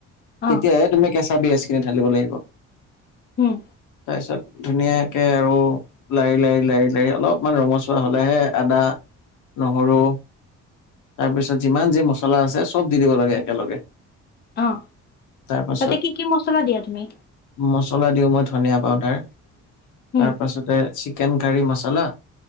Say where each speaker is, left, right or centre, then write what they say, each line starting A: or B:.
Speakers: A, on the left (about 35°); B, on the left (about 80°).
A: অ
B: তেতিয়াহে তুমি কেঁচা পিয়াজ খিনি ঢালিব লাগিব
A: হম
B: তাৰ পিছত ধুনীয়াকে আৰু লাৰি লাৰি লাৰি লাৰি অলপমান ৰঙচুৱা হলেহে আদা নহৰু তাৰপিছত যিমান যি মছলা আছে চব দি দিব লাগে একেলগে
A: অ
B: তাৰ পাছত
A: তাতে কি কি মছলা দিয়া তুমি?
B: মচলা দিওঁ মই ধনিয়া পাউদাৰ,
A: হুম
B: তাৰপাছতে চিকেন কাৰী মচলা।